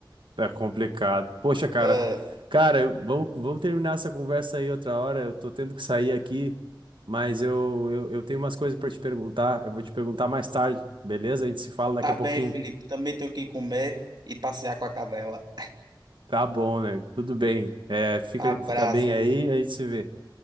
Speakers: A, on the right; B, on the right.
A: Tá complicado. Poxa, cara.
B: É,
A: Cara, eu- vamos, vamos terminar essa conversa aí outra hora. Eu tô tendo que sair aqui, mas eu, eu, eu tenho umas coisas pra te perguntar. Eu vou te perguntar mais tarde, beleza? A gente se fala daqui
B: tá
A: a pouquinho.
B: bem, Felipe, também tenho que comer e passear com a cadela.
A: Tá bom, né? Tudo bem. É, fica,
B: Abraço,
A: fica bem
B: irmão.
A: aí, a gente se vê.